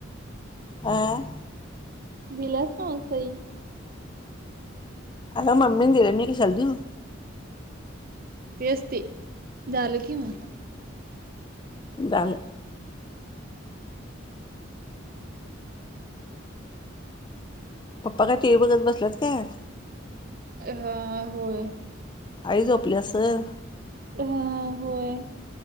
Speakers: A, on the left (about 25°); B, on the right (about 45°).
A: अं
B: दिलास ना सही
A: अ ममीी दिले मी कशाला देऊ
B: ते असते झालं कि म
A: डालं
B: <inaudible>
A: पप्पा काय टी व्ही बघत बसल्यात काय
B: हा होय
A: आई झोपली असल
B: हा होय.